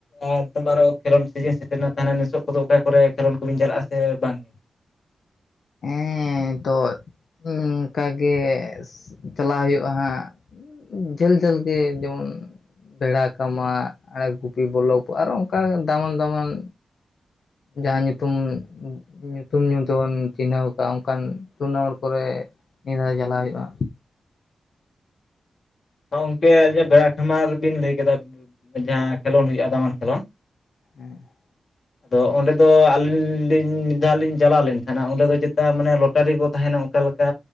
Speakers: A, on the left (about 55°); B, on the left (about 70°).
A: ᱟᱨ <unintelligible> ᱠᱷᱮᱞᱳᱱ ᱥᱤᱡᱤᱱ ᱥᱮᱴᱮᱨᱱᱟ, ᱛᱟᱦᱮᱱᱟ ᱱᱤᱛᱳ ᱠᱚᱫᱚ ᱚᱠᱟ ᱠᱚᱨᱮ ᱠᱷᱮᱞᱳᱱ ᱠᱚᱵᱤᱱ ᱪᱟᱞᱟᱜᱼᱟ ᱥᱮ ᱵᱟᱝ ᱵᱟᱝ?
B: ᱦᱮᱸ ᱛᱚᱜ ᱤᱱᱠᱟᱜ ᱜᱮ ᱪᱟᱞᱟᱣ ᱦᱩᱭᱩᱜᱼᱟ ᱦᱟᱸᱜ ᱡᱷᱟᱹᱞ ᱡᱷᱟᱹᱞ ᱜᱮ ᱡᱮᱢᱚᱱ ᱵᱮᱲᱟ ᱠᱟᱢᱟ ᱟᱨ ᱜᱩᱯᱤ ᱵᱚᱞᱞᱚᱵ ᱟᱨᱚ ᱚᱱᱠᱟ ᱫᱟᱢᱟᱱ ᱫᱟᱢᱟᱱ ᱡᱟᱸᱦᱟᱸ ᱧᱩᱛᱩᱢ ᱧᱩᱛᱩᱢ ᱧᱩ ᱛᱮᱵᱚᱱ ᱪᱤᱱᱦᱟᱹᱣ ᱟᱠᱟᱫ ᱚᱱᱠᱟᱱ ᱴᱩᱨᱱᱟᱢᱴ ᱠᱚᱨᱮ ᱱᱤᱭᱟᱹ ᱫᱷᱟᱣ ᱪᱟᱞᱟᱣ ᱦᱩᱭᱩᱜᱼᱟ᱾
A: ᱦᱚᱸ ᱜᱚᱝᱠᱮ ᱟᱹᱞᱤᱟᱜ ᱵᱮᱲᱟ ᱠᱷᱟᱢᱟᱨ ᱵᱤᱱ ᱞᱟᱹᱭ ᱠᱮᱫᱟ᱾ ᱡᱟᱦᱟᱸ ᱠᱷᱮᱞᱳᱰ ᱦᱩᱭᱩᱜᱼᱟ ᱫᱟᱢᱟᱱ ᱠᱷᱮᱞᱳᱰ
B: <inaudible>
A: <inaudible> ᱟᱫᱚ ᱚᱸᱰᱮ ᱫᱚ ᱟᱹᱞᱤᱧ ᱞᱤᱧ ᱢᱤᱫ ᱫᱷᱟᱣ ᱞᱤᱧ ᱪᱟᱞᱟᱣ ᱞᱮᱱ ᱛᱟᱦᱮᱱᱟ ᱚᱸᱰᱮ ᱫᱚ ᱪᱮᱛᱟ ᱢᱟᱱᱮ ᱞᱚᱴᱟᱨᱤ ᱠᱚ ᱛᱟᱦᱮᱱᱟ᱾ ᱚᱠᱟ ᱞᱮᱠᱟ